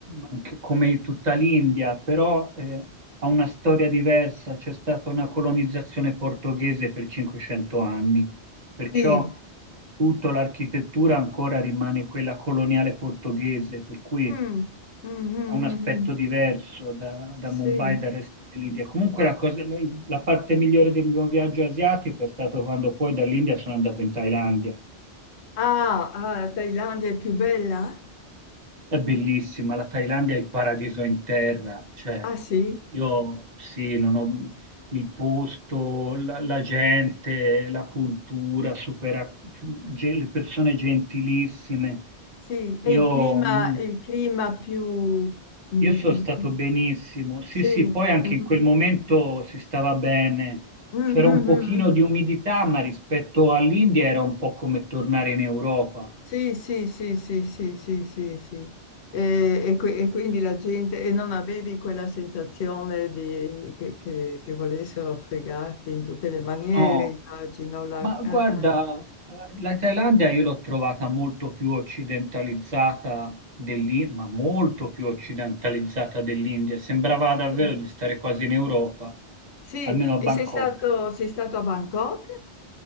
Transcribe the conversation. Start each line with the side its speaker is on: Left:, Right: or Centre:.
Right: anche come tutta l'India, però eh, ha una storia diversa, c'è stata una colonizzazione portoghese per 500 anni, perciò
Left: sì.
Right: tutta l'architettura ancora rimane quella coloniale portoghese, per cui
Left: Mm, mm, mm,
Right: ha un
Left: mm,
Right: aspetto
Left: mm.
Right: diverso da, da
Left: Sì.
Right: Mumbai e dal resto dell'India. Comunque la, cosa- la- la parte migliore del mio viaggio asiatico è stato quando poi dall'India sono andato in Thailandia.
Left: Ah, ah, la Thailandia è più bella?
Right: È bellissima, la Thailandia è il paradiso in terra, cioè
Left: Ah sì,
Right: io sì, non ho il posto, la, la gente, la cultura, supera- ge- le persone gentilissime.
Left: sì, è
Right: Io
Left: il clima,
Right: mh,
Left: il clima più... mi-
Right: Io sono
Left: il
Right: stato
Left: cli-
Right: benissimo. Sì,
Left: sì.
Right: sì, poi anche
Left: mhm.
Right: in quel momento si stava bene.
Left: Mhm,
Right: C'era un pochino
Left: mhm.
Right: di umidità, ma rispetto all'India era un po' come tornare in Europa.
Left: Sì, sì, sì, sì, sì, sì, sì, sì. E, e qui- e quindi la gente... E non avevi quella sensazione di, che, che- che volessero fregarti in tutte le maniere,
Right: No,
Left: immagino. la-
Right: ma
Left: ah,
Right: guarda,
Left: ah.
Right: eh, la Thailandia io l'ho trovata molto più occidentalizzata dell'India, ma molto più occidentalizzata dell'India. Sembrava
Left: Sì,
Right: davvero di stare quasi in Europa,
Left: sì.
Right: almeno a
Left: E
Right: Bangkok.
Left: sei stato, sei stato a Bangkok?